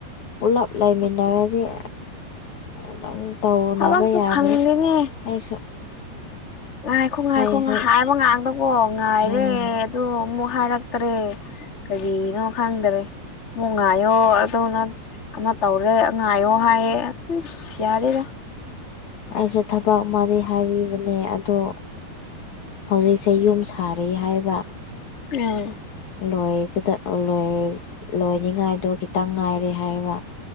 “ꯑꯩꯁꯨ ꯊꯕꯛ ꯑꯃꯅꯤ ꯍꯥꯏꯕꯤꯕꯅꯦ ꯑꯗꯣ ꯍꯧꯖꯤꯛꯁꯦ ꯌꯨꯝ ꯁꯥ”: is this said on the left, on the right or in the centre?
Left